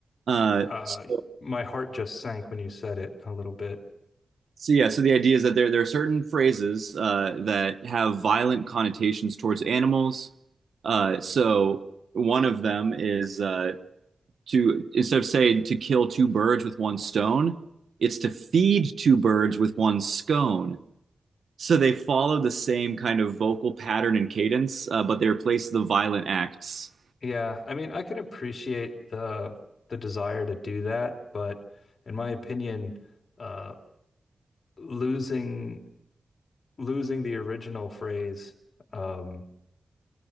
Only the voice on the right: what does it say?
Uh,
so,
so yeah, so the idea is that there there are certain phrases uh that have violent connotations towards animals. Uh, so one of them is uh to instead of saying to kill two birds with one stone, it's to feed two birds with one scone. So they follow the same kind of vocal pattern and cadence, uh, but they replace the violent acts.